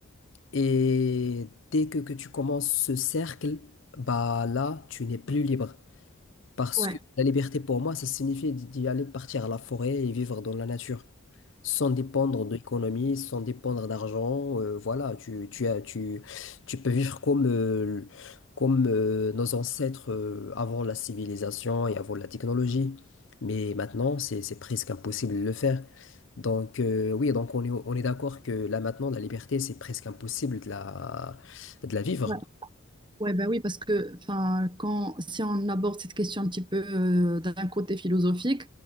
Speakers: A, on the left (about 65°); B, on the right (about 25°).
A: et dès que, que tu commences ce cercle, bah là, tu n'es plus libre. Parce
B: Ouais.
A: que la liberté pour moi, ça signifie d'y aller partir à la forêt et vivre dans la nature, sans dépendre de l'économie, sans dépendre d'argent. euh, voilà, tu, tu as, tu, tu peux vivre comme, euh, comme euh, nos ancêtres euh, avant la civilisation et avant la technologie. Mais maintenant, c'est, c'est presque impossible de le faire. Donc, euh, oui, donc on est, on est d'accord que là maintenant, la liberté, c'est presque impossible de la, de la vivre.
B: Ouais, ouais, bah oui, parce que enfin, quand, si on aborde cette question un petit peu euh, d'un côté philosophique,